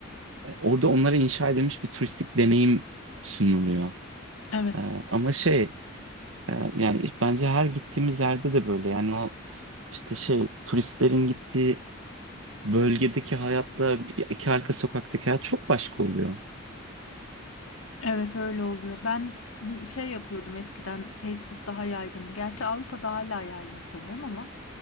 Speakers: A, on the right; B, on the left.
A: e, Orada onlara inşa edilmiş bir turistik deneyim sunuluyor.
B: Evet.
A: E, ama şey e, yani iş- bence her gittiğimiz yerde de böyle yani o işte şey turistlerin gittiği bölgedeki hayatla bir- iki arka sokaktaki hayat çok başka oluyor.
B: Evet öyle oluyor. Ben m, şey yapıyordum eskiden Facebook daha yaygındı. Gerçi Avrupa'da hala yaygın sanırım ama